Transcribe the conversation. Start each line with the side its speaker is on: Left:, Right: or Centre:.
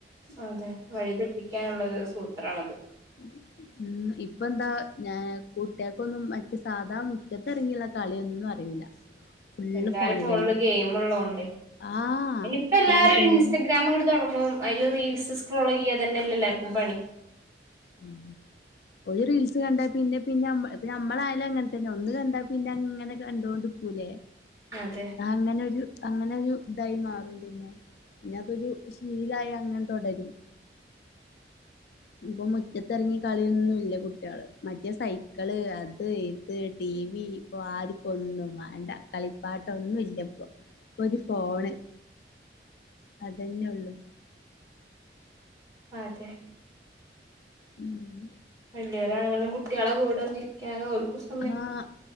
Right: അതെ വഴിതെറ്റിക്കാനുള്ളൊരു സൂത്രാണത്
Left: <inaudible> ഉം ഇപ്പന്താ ഞാ കുട്ടികക്കൊന്നും മറ്റ്സാധാ മുറ്റത്തിറങ്ങിയുള്ള കളിയൊന്നും അറിയൂല <inaudible>
Right: എല്ലാരും
Left: ഫോണിലല്ലേ
Right: ഫോണില് ഗെയിമ് ഉള്ളതൊണ്ടെ
Left: ആഹ്
Right: ഇനിയിപ്പോ എല്ലാരും
Left: ഫുള്ള് ഗെയിമും
Right: ഒരു ഇൻസ്റ്റഗ്രാമങ്ങട്ട് തൊടങ്ങും അയില് റീൽസ് സ്ക്രോള്യ്യാതന്നെ ല്ലെ എല്ലാർക്കും പണി
Left: ഉം ഒരു റീൽസ് കണ്ട പിന്നെ പിന്നെ മ്മള് നമ്മളായാലും അങ്ങനെ തന്നെ ഒന്ന് കണ്ട പിന്നെ അങ്ങനെ കണ്ടോണ്ട് നിക്കൂല്ലേ
Right: അതെ
Left: അങ്ങനെ ഒരു അങ്ങനെ ഒരു ഇതായി മാറും പിന്നെ പിന്നെ അതൊരു ശീലായി അങ്ങനെ തുടരും ഇപ്പൊ മുറ്റത്തിറങ്ങി കളിയൊന്നുവില്ല കുട്ടികള് മറ്റേ സൈ ക്കള് അത് ഇത് ടി വി ഇപ്പൊ ആർക്കും ഒന്നും വേണ്ട കളിപ്പാട്ട ഒന്നും ഇല്ലിപ്പോ ഒരു ഫോണ് അതന്നെ ഉള്ളു
Right: അതെ
Left: ഉം
Right: വല്യോരാണെങ്കിലും കുട്ട്യാളെ കൂടെ ഒന്നിരിക്കാന് ഓലിക്കും സമ
Left: ആഹ്